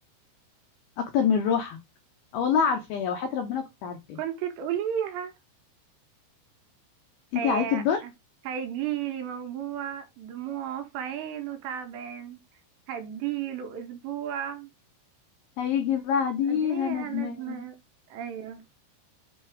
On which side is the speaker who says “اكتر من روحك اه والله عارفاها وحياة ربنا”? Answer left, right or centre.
Left